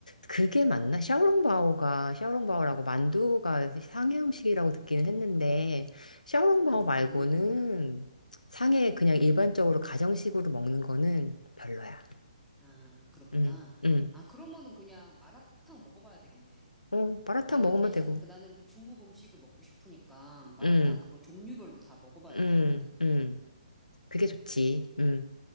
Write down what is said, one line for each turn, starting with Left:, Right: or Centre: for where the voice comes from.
Left: 그게 맞나? 샤오롱바오가, 샤오롱바오라고 만두가 상해 음식이라고 듣기는 했는데, 샤오롱바오
Centre: 만두.
Left: 말고는 상해 그냥 일반적으로 가정식으로 먹는 거는 별로야.
Centre: 아, 그렇구나.
Left: 응, 응.
Centre: 아, 그러면은 그냥 마라탕 먹어봐야 되겠네.
Left: 어, 마라탕
Centre: 나는
Left: 먹으면
Centre: 그냥,
Left: 되고.
Centre: 사- 그 나는 그 중국 음식을 먹고 싶으니까 마라탕
Left: 응,
Centre: 그거 종류별로 다 먹어봐야
Left: 응,
Centre: 되겠다.
Left: 응. 그게 좋지. 응.